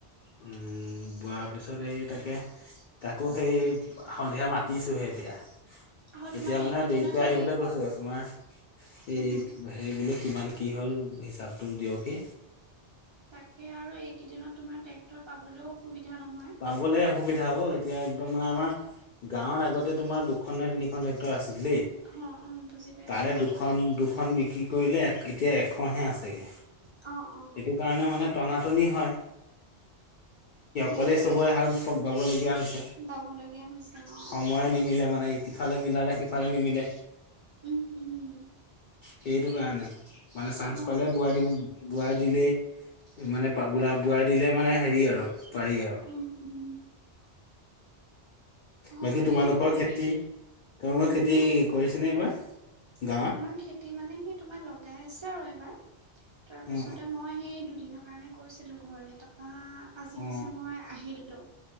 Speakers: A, on the left (about 60°); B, on the right (about 35°).
A: উম, বোৱাৰ পিছত এই তাকে তাকো হেই সন্ধিয়া মাতিছোহে এতিয়া।
B: আৰু তোমাৰ
A: এতিয়া মানে
B: এইকেইদিনত
A: দেৰিকৈ
B: সেই
A: আহিবলৈ কৈছো
B: ক
A: আৰু তোমাৰ এই
B: উম,
A: হেৰি বোলো কিমান কি হ'ল হিচাপটো দিয়কে
B: তাকে আৰু এইকেইদিনত তোমাৰ ট্ৰেক্টৰ পাবলৈও অসুবিধা নহয়?
A: পাবলৈ অসুবিধা হ' এতিয়া একদম মানে আমাৰ গাঁৱত আগতে তোমাৰ দুখন নে তিনিখন ট্ৰেকটৰ আছিল দেই।
B: অ অ বুজি পাইছো
A: তাৰে দুখন দুখন বিক্ৰী কৰিলে এতিয়া এখনহে আছেগে।
B: অ', অ'।
A: এইটো কাৰণে মানে টনাটনি হয়।
B: সেইটোৱে
A: কলে চবৰে হাল বাবলীয়া হৈছে।
B: পাবলগীয়া হৈছে অ
A: খং ময়ে নিমিলে মানে ইফালে মিলালে সিফালে নিমিলে।
B: উম উম
A: সেইটো কাৰণে মানে চানজ
B: গম
A: পালে
B: পাইছো
A: বোৱাৰ দি বোৱাই দিলেই মানে বলা বোৱাই দিলে মানে হেৰি আৰু পাৰি আৰু।
B: উম উম হয়
A: বাকী
B: দেই
A: তোমালোকৰ
B: হয়
A: খেতি, তোমলালোকৰ
B: হুম
A: খেতি
B: হুম
A: কৰিছেনে এইবাৰ গাঁৱত?
B: আমাৰ খেতি মানে সি তোমাৰ লগাই আছে আৰু এইবাৰ তাৰপিছতে
A: অ
B: মই সেই দুদিন কাৰণে গৈছিলো ঘৰলে তাৰপা আজি
A: অ
B: পিছে মই আহিলো।